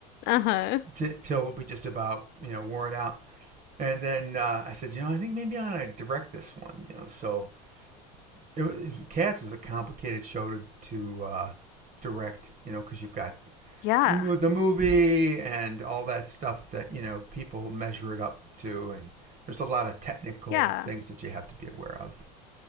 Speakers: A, on the left; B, on the right.
A: Uh-huh.
B: t- till we just about you know wore it out. And then uh, I said, you know, I think maybe I ought to direct this one, you know. So it was, Cats is a complicated show to to uh, direct, you know, because you've got
A: Yeah.
B: the the movie and all that stuff that you know people measure it up to, and there's a lot of technical
A: Yeah.
B: things that you have to be aware of.